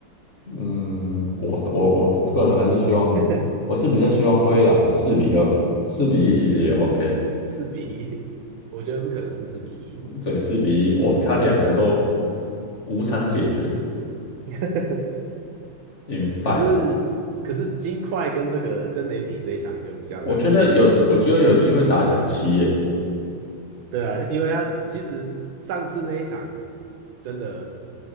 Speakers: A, on the left (about 40°); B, on the right (about 80°).
A: 嗯，我我我个人还是希望，
B: <laughs>
A: 我是比较希望灰狼四比二，四比一其实也 OK。
B: 四比一，我觉得是可能是四比一。
A: 对，四比一，哇，他两个都无场解决
B: <laughs>
A: ，in five。
B: 可是可是金块跟这个跟雷霆这一场就比较难判断了。
A: 我觉得有，我觉得有机会打抢七耶。
B: 对啊，因为他其实上次那一场真的